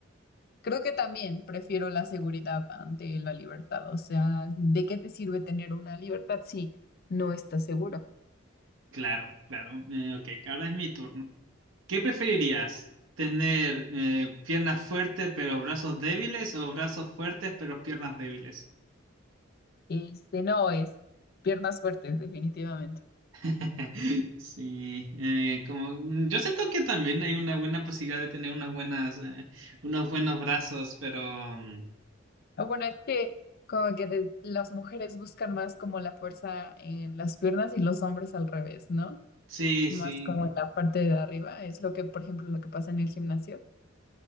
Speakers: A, on the left (about 50°); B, on the right (about 70°).
A: creo que también prefiero la seguridad ante la libertad. O sea, ¿de qué te sirve tener una libertad si no estás seguro?
B: Claro, claro. Eh, ok, ahora es mi turno. ¿Qué preferirías? ¿Tener eh, piernas fuertes pero brazos débiles o brazos fuertes pero piernas débiles?
A: Este no es piernas fuertes, definitivamente.
B: <laughs> Sí, eh, como mm, yo siento que también hay una buena posibilidad de tener unas buenas, eh, unos buenos brazos, pero mm,
A: O bueno, es que como que de- las mujeres buscan más como la fuerza en las piernas y los hombres al revés, ¿no?
B: sí,
A: más
B: sí,
A: como en la parte de arriba, es lo que, por ejemplo, lo que pasa en el gimnasio.